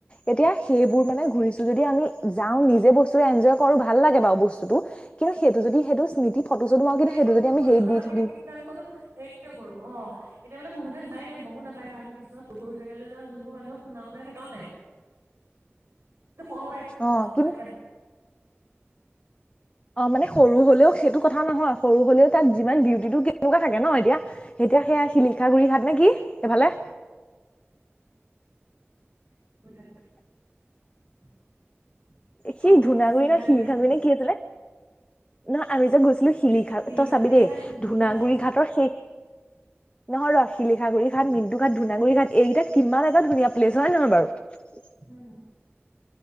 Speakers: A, on the left; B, on the right.
A: এতিয়া সেইবোৰ
B: উম
A: মানে ঘূৰিছোঁ যদি আমি- যাওঁ নিজে বস্তু এঞ্জয় কৰো ভাল লাগে বাৰু বস্তুটো কিয় সেইটো যদি সেইটো- স্মৃতি ফটো চটো মাৰো কিন্তু সেইটো
B: ্ম
A: যদি আমি হেৰি দি
B: থাকে
A: দিম
B: কিন্তু আমি কতো হেৰি নকৰো অ <inaudible> এতিয়া মানে বহুতে যোৱাই নাই গমো নাপায় ন আমি কিছুমান সৰু সৰু জেগালৈ যাওঁ যোনবোৰ মানুহক শুনাও নাই দেখাও নাই। সহত
A: অ কি
B: থাকে <inaudible>
A: অ মানে সৰু হলেও সেইটো কথাও নহয়, সৰু হলেও তাত যিমান বিউটিটো কেনেকুৱা থাকে ন এতিয়া, এতিয়া সেয়া শিলিখা গুৰি ঘাট নে কি সেইফালে-
B: <inaudible>
A: সি
B: অ শুনিছো
A: ধূনাগুৰি ন শিলিখাগুৰি
B: ঘাট
A: নে কি আছিলে? ন আমি যে গৈছিলো- শিলিখা
B: শিলিখাগুৰি
A: তই চাবি দেই,
B: ঘাট মুদু
A: ধুনাগুৰি
B: ঘাট
A: ঘাটৰ শেষ- নহয় ৰ শিলিখাগুৰি ঘাট, মি- ঘাট, ধুনাগুৰি ঘাট এইকেইটা কিমান এটা ধুনীয়া প্লেছ হয় নে নহয় বাৰু।
B: উম